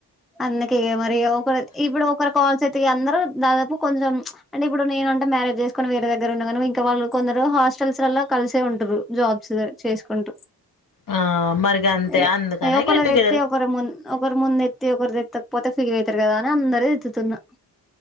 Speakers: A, in the centre; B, on the left (about 50°).
A: అందుకే మరి ఇగ ఒకరు ఇప్పుడు ఒకరు కాల్సేయితే అందరూ దాదాపు కొందరం అంటే ఇప్పుడు నేనంటే మ్యారేజ్ జేస్ కొని వేరే దగ్గర ఉన్నగాను ఇంక వాళ్ళు కొందరు హాస్టల్స్ లల్లా కలిసే ఉంటారు జాబ్స్ చేసుకుంటూ
B: ఆ మరి గంతే
A: ఇగ
B: అందుకనే
A: ఒకలదెత్తి
B: గెట్ టుగెదర్
A: ఒకరు మున్ ఒకరి ముందు ఎత్తి ఒకరిదెత్తకపోతే ఫీలై కదా అని అందరే ఎద్తున్నారు